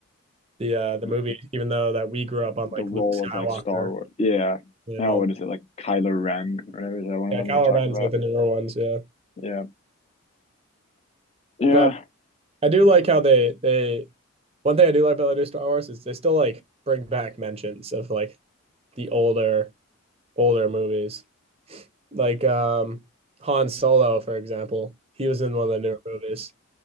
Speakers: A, on the right; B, on the left.
A: the uh the
B: The,
A: movie, even though that we grew up on
B: the
A: like
B: role
A: Luke Skywalker
B: of like Star Wars. Yeah.
A: and
B: Now
A: all
B: what is it like Kylo Ren? or Whatever is that one of
A: Yeah,
B: them
A: Calaveras
B: you're talking about?
A: like the newer ones, yeah.
B: Yeah, yeah.
A: But I do like how they they one thing I do like about the new Star Wars is they still like bring back mentions of like the older older movies. Like um Han Solo, for example. He was in one of the newer movies.